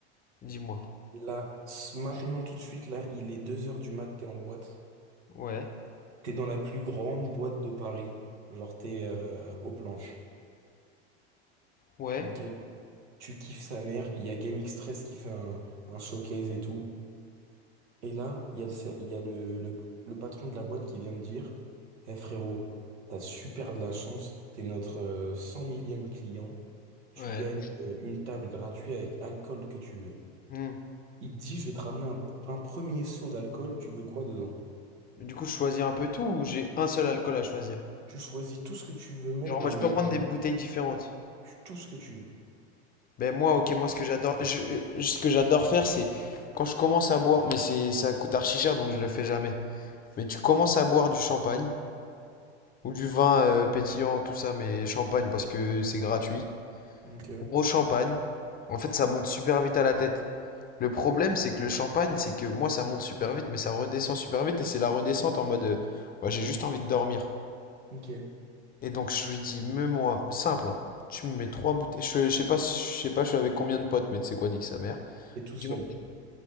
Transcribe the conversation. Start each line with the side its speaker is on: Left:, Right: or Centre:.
Left: dis-moi.
Right: Là, s- maintenant, tout de suite, là, il est deux heures du mat, t'es en boîte.
Left: Ouais,
Right: T'es dans la plus grande boîte de Paris. Genre, t'es euh, aux planches.
Left: ouais.
Right: Ok. Tu kiffes sa mère. Il y a Game X13 qui fait un, un showcase et tout. Et là, il y a le, il y a le, le- le patron de la boîte qui vient de dire, Eh frérot, t'as super de la chance, t'es notre euh, 100 millième client, tu
Left: Ouais.
Right: gagnes euh, une table gratuite avec alcool que tu veux.
Left: Hmm.
Right: Il te dit, je vais te ramener un, un premier seau d'alcool, tu veux quoi dedans?
Left: Mais du coup, je choisis un peu tout ou j'ai un seul alcool à choisir?
Right: Tu choisis tout ce que tu veux mettre
Left: Genre,
Right: dans
Left: moi, je
Right: le...
Left: peux prendre des bouteilles différentes.
Right: Tout ce que tu veux.
Left: Ben moi, ok, moi, ce que j'adore, je- je- ce que j'adore faire, c'est quand je commence à boire, mais c'est, ça coûte archi cher, donc je le fais jamais. Mais tu commences à boire du champagne ou du vin euh, pétillant, tout ça, mais champagne parce que c'est gratuit.
Right: Ok,
Left: Gros champagne. En fait, ça monte super vite à la tête. Le problème, c'est que le champagne, c'est que moi, ça monte super vite, mais ça redescend super vite et c'est la redescente en mode, euh, moi, j'ai juste envie de dormir.
Right: ok.
Left: Et donc je lui dis, mets-moi, simple, hein, tu me mets trois bouteilles. Je, je sais pas, si- je sais pas, je suis avec combien de potes, mais tu sais quoi, nique sa mère.
Right: Et tout seul.
Left: Je dis,